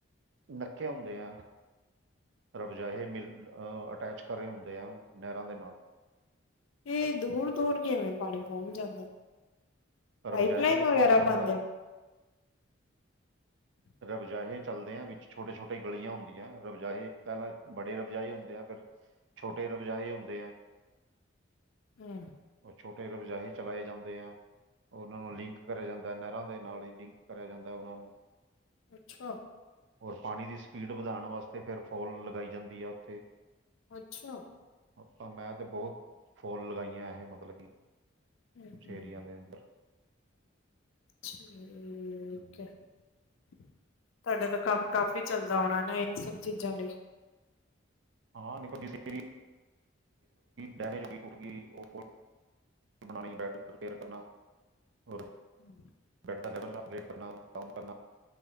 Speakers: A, on the right; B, on the left.
A: ਨੱਕੇ ਹੁੰਦੇ ਆ, ਰਬਜਾਹੇ ਮਿਲ ਅਟੈਚ ਖਰੇ ਹੁੰਦੇ ਆ। ਨਹਿਰਾਂ ਦੇ ਨਾਲ
B: ਤੇ ਦੂਰ-ਦੂਰ ਕਿਵੇਂ ਪਾਣੀ ਪਹੁੰਚ ਜਾਂਦਾ,
A: ਰਬਜਾਇਆਂ
B: ਪਾਈਪ ਲਾਈਨ
A: ਦੇ ਥਰੂ
B: ਵਗੈਰਾ
A: ਪਹੁੰਚਦਾ
B: ਪਾਂਦੇ।
A: ਹੈ।
B: ' <inaudible>
A: ਰਬਜਾਹੇ ਚੱਲਦੇ ਆ, ਵਿੱਚ ਛੋਟੇ-ਛੋਟੇ ਗਲੀਆਂ ਹੁੰਦੀਆਂ, ਰਬਜਾਏ ਪਹਿਲਾਂ ਬੜੇ ਰਬਜਾਏ ਹੁੰਦੇ ਆ ਫਿਰ ਛੋਟੇ ਰਬਜਾਏ ਹੁੰਦੇ ਆ।
B: ਹਮ।
A: ਉਹ ਛੋਟੇ ਰਬਜ਼ਾਹੀ ਚਲਾਏ ਜਾਂਦੇ ਆ। ਉਹਨਾਂ ਨੂੰ ਲਿੰਕ ਕਰਿਆ ਜਾਂਦਾ। ਨਹਿਰਾਂ ਦੇ ਨਾਲ ਹੀ ਲਿੰਕ ਕਰਿਆ ਜਾਂਦਾ ਹੈ ਉਹਨਾਂ ਨੂੰ।
B: ਅੱਛਾ।
A: ਔਰ ਪਾਣੀ ਦੀ ਸਪੀਡ ਵਧਾਉਣ ਵਾਸਤੇ ਫਿਰ ਫੋਲ ਲਗਾਈ ਜਾਂਦੀ ਆ ਉੱਥੇ
B: ਅੱਛਾ।
A: ਆਪਾਂ ਮੈਂ ਤੇ ਬਹੁਤ ਫੋ਼ਲ ਲਗਾਈਆਂ ਇਹ ਮਤਲਬ ਕਿ ਕੁਛ
B: ਹਮ ਹਮ
A: ਏਰੀਆ ਦੇ ਅੰਦਰ।
B: ਠੀਕ
A: ਹਮ।
B: ਏ। ਤੁਹਾਡਾ ਤਾਂ ਕੰਮ ਕਾਫੀ਼ ਚੱਲਦਾ ਹੋਣਾ ਨਾ? ਇਹਨਾਂ ਸਭ ਚੀਜ਼ਾਂ ਲਈ?
A: ਹਾਂ <unintelligible> ਮਤਲਬ ਡੈਮੇਜ ਹੋ ਗਈ, ਟੱਟ ਗਈ ਉਹ ਖੋ <inaudible> ਬੈੱਡ ਰਿਪੇਅਰ ਕਰਨਾ। ਔਰ
B: ਹੂੰ
A: ਬੈੱਡ ਦਾ ਲੈਵਲ ਅਪਡੇਟ ਕਰਨਾ, ਡਾਊਨ ਕਰਨਾ।